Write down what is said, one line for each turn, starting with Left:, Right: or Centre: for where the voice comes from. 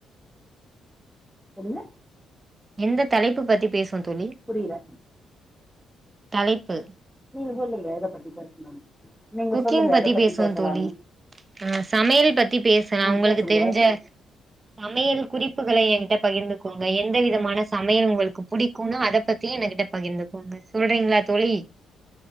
Centre: என்னங்க
Right: எந்த தலைப்பு பத்தி பேசுவோ தோழி
Centre: புரியல
Right: தலைப்பு
Centre: நீங்க சொல்லுங்க எத பத்தி பேசலானு நீங்க
Right: குக்கிங்
Centre: சொல்லுங்க
Right: பத்தி
Centre: எத
Right: பேசுவோ
Centre: பேசலானு
Right: தோழி ஆ சமையல் பத்தி பேசலா
Centre: நீங்க
Right: உங்களுக்கு
Centre: பேசுங்கோ
Right: தெரிஞ்ச சமையல் குறிப்புகளை எங்கிட்ட பகிர்ந்து கோங்க எந்த விதமான சமையல் உங்களுக்கு பிடிக்குனு அத பத்தி எங்ககிட்ட பகிர்ந்துக்கோங்க சொல்றிங்களா தோழி